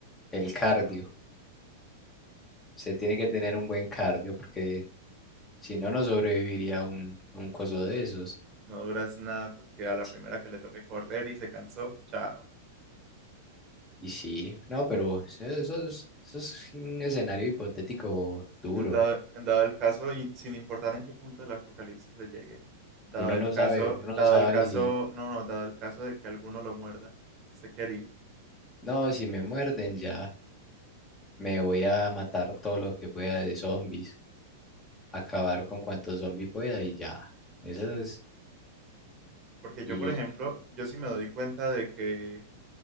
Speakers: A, on the left; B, on the right.
A: el cardio. Usted tiene que tener un buen cardio, porque si no, no sobreviviría un, un coso de esos.
B: No duras nada porque a la
A: Sí,
B: primera que le toque correr y se cansó, chao.
A: Y sí, no, pero eso, eso es, eso es un escenario hipotético duro.
B: En dado, en dado el caso, y sin importar en qué punto del apocalipsis le llegue, dado
A: Uno
B: el
A: no
B: caso,
A: sabe, uno
B: dado
A: no sabe
B: el caso,
A: si,
B: no, no, dado el caso de que alguno lo muerda, ¿sé qué haría?
A: no, si me muerden ya. Me voy a matar todo lo que pueda de zombies, acabar con cuantos zombies pueda y ya. Esa es,
B: Porque yo,
A: y
B: por ejemplo, yo sí me doy cuenta de que,